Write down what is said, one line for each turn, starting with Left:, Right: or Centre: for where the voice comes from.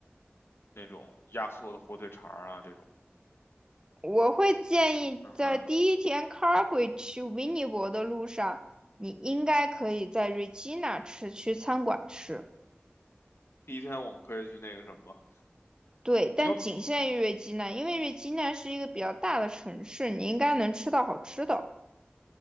Left: 那种压缩的火腿肠儿啊这种。
Right: 我会建议在第一天
Left: 嗯哼，
Right: Calgary 去温尼伯的路上，你应该可以在 Regina 吃去餐馆吃，
Left: 第一天我们可以去那个什么。
Right: 对，但仅限于
Left: 你要
Right: Regina，因为 Regina 是一个比较大的城市，你应该能吃到好吃的。